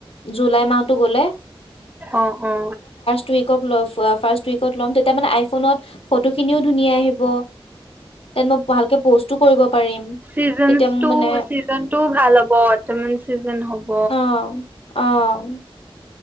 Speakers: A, on the left; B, on the right.
A: জুলাই মাহটো গ'লে।
B: অ-অ।
A: উইকত লৈ ফুৰা ফাৰ্ষ্ট উইকত, তাৰমানে আইফোনত ফটো খিনিও ধুনীয়া আহিব। তে মই ভালকে প'ষ্টো কৰিব। পাৰিম
B: চিজন্সটো,
A: তেতিয়া মোৰ মানে
B: চিজনটোও ভাল হ'ব অতম চিজন হ'ব।
A: অ অ',